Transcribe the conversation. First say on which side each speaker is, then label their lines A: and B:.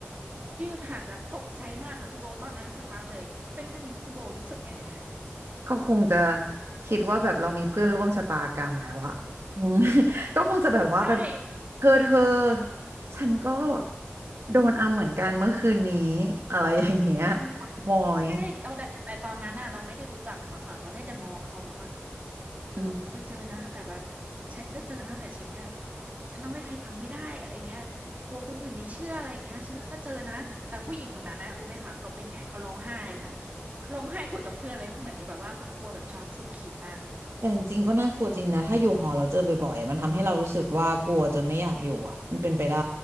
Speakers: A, on the right (about 40°); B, on the right (about 80°).
A: ยืนหันแบบตกใจมากค่ะคุณโบตอนนั้นสตันเลยเป็นเป็นคุณโบรู้สึกยังไงคะ
B: ก็คงจะคิดว่าแบบเรามีเพื่อนร่วมชะตากรรมแล้วอะอืม <laughs> ก็คงจะแบบว่าไป
A: ใช่
B: เธอเธอฉันก็โดนอำเหมือนกันเมื่อคืนนี้อะไรอย่างเงี้ย
A: อืมแต่
B: มอย
A: ใช่เราได้แต่ตอนนั้นน่ะเราไม่ได้รู้จักเขาค่ะเราได้แต่มองเขาแบบว่าเออกูก็เจอนะแต่แบบ
B: อืม
A: ฉันก็เจอนะแต่ฉันก็ฉันเล่าให้ใครฟังไม่ได้อะไรอย่างเงี้ยกลัวคนอื่นไม่เชื่ออะไรอย่างเงี้ยฉันก็เจอนะแต่ผู้หญิงคนนั้นนะรู้ไหมคะเขาเป็นยังไงเขาร้องไห้ค่ะเขาร้องไห้คุยกับเพื่อนเลยเหมือนกับแบบว่าเขากลัวแบบช็อกสุดขีดมาก
B: แต่จริงๆก็น่ากลัวจริงนะถ้าอยู่หอเราเจอบ่อยๆอะมันทำให้เรารู้สึกว่ากลัวจนไม่อยากอยู่อ่ะมันเป็นไปได้